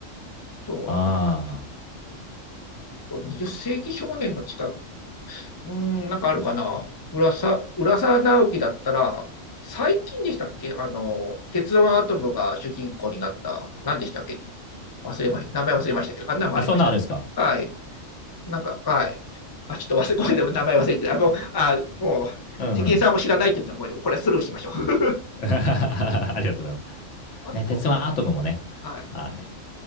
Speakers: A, on the left (about 25°); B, on the left (about 65°).
A: とは、
B: あ
A: なんか、あと20世紀少年の近うーん、なんかあるかな。浦沢、浦沢直樹だったら、最近でしたっけあの、鉄腕アトムが主人公になった、何でしたっけね。忘れま、名前忘れましたけど、あんなのもありましたね。
B: ーあ、そんなんあるんですか
A: はい。なんか、はい。あ、ちょっと忘れ、ごめんなさい、名前忘れてた。あ、もう、あ、もう、
B: うんうん。
A: 関根さんも知らないって言うんだ、もう、これはスルーしましょう。<laughs>
B: <laughs> ありがとうございます。
A: あと、
B: ね、鉄腕アトムもね。
A: どんなのかな。はい。
B: はい。